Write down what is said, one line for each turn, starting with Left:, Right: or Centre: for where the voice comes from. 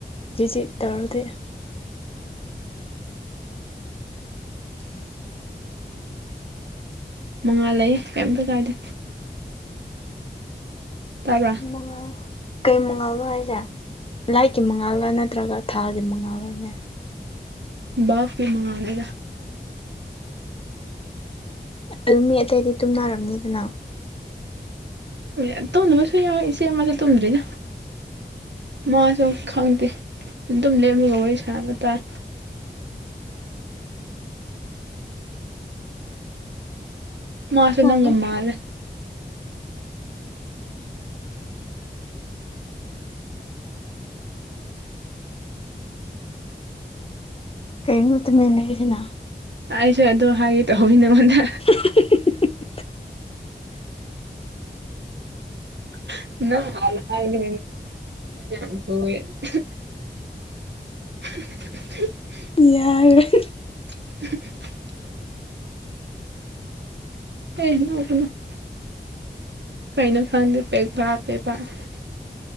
Left: ꯖꯤꯖꯤꯠ ꯇꯧꯔꯗꯤ <inaudible>
Right: ꯃꯉꯥꯜ ꯂꯩꯌꯦ ꯀꯩꯝꯇ ꯀꯥꯏꯗꯦ ꯇꯕ꯭ꯔꯥ
Left: ꯃꯉꯥꯜ ꯀꯩ ꯃꯉꯥꯜꯂꯣ ꯍꯥꯏꯁꯦ ꯂꯥꯏꯠꯀꯤ ꯃꯉꯥꯜꯂ ꯅꯠꯇ꯭ꯔꯒ ꯊꯥꯒꯤ ꯃꯉꯥꯜꯂꯅꯦ
Right: ꯕꯥꯜꯐꯀꯤ ꯃꯉꯥꯜꯅꯤꯗ
Left: <unintelligible> ꯑꯗꯨ ꯃꯤ ꯑꯇꯩꯗꯤ ꯇꯨꯝꯅꯔꯝꯅꯤꯗꯅ
Right: ꯎꯝ ꯇꯧꯗꯕꯁꯨ ꯌꯥꯎꯋꯦ ꯏꯆꯦ ꯑꯃꯥꯗꯣ ꯇꯧꯗ꯭ꯔꯤꯗ ꯃꯥꯁꯨ ꯈꯪꯗꯦ ꯑꯗꯨꯝ ꯂꯦꯝꯃꯒ ꯋꯥꯔꯤ ꯁꯥꯥꯟꯅꯕ ꯇꯥꯥꯏ ꯃꯥꯁꯨ
Left: ꯑꯣ
Right: ꯅꯪꯒ ꯃꯥꯜꯂꯦ
Left: ꯀꯩꯅꯣ ꯇꯨꯃꯤꯟ ꯂꯩꯔꯤꯁꯤꯅ
Right: ꯑꯩꯁꯨ ꯑꯗꯣ ꯍꯥꯏꯒꯦ ꯇꯧꯕꯅꯤ ꯅꯉꯣꯟꯗ
Left: <unintelligible>
Right: <unintelligible> <unintelligible>
Left: ꯌꯥꯔꯦ
Right: <unintelligible> <unintelligible>